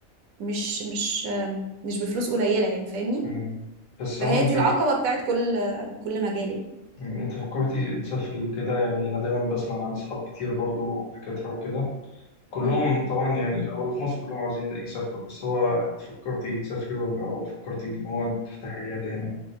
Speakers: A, on the right; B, on the left.
A: مش مش آه، مش بفلوس قليلة يعني فاهمني
B: مم. بس
A: فهي
B: هو انت
A: دي العقبة بتاعت كل آه، كل مجال يعني.
B: انت فكرتي تسافري وكده يعني انا دايما بسمع عن صحاب كتير برضو دكاترة وكده كلهم
A: مم.
B: طبعا يعني او اللي في مصر كلهم عاوزين يسافروا بس هو انت فكرتي تسافري ولا هو فكرتي ان هو انت تفتحي عياده هنا